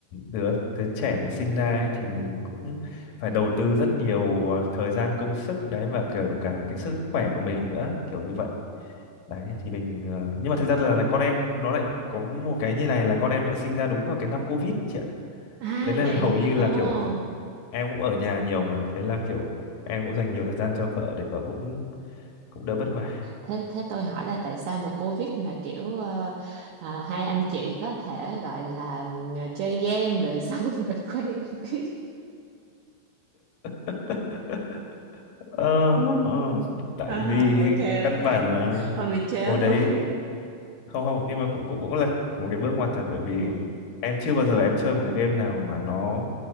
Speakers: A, on the left; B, on the right.
A: đứa đứa trẻ mà sinh ra ấy, thì mình cũng phải đầu tư rất nhiều ờ, thời gian công sức đấy và kiểu cả cái sức khỏe của mình nữa kiểu như vậy đấy thì mình ờ, nhưng mà thực ra là, là con em nó lại có một cái như này là con em lại sinh ra đúng vào cái năm Covid chị ạ
B: À
A: thế nên
B: vậy
A: là hầu như là
B: ồ
A: kiểu em cũng ở nhà nhiều mà thế là kiểu em cũng dành nhiều thời gian cho vợ để vợ cũng cũng đỡ vất vả
B: thế thế tôi hỏi là tại sao mà Covid mà kiểu ờ, à, hai anh chị có thể gọi là ừ, chơi game rồi xong <laughs> rồi quen biết.
A: <laughs> ờ, ờ, tại
B: À,
A: vì
B: ok ok.
A: căn bản là
B: Thôi mình trêu
A: hồi đấy
B: thôi. <laughs>
A: không không nhưng mà cũng cũng cũng là một cái bước ngoặt thật bởi vì
B: Ừ.
A: em chưa bao giờ em chơi một cái game nào mà nó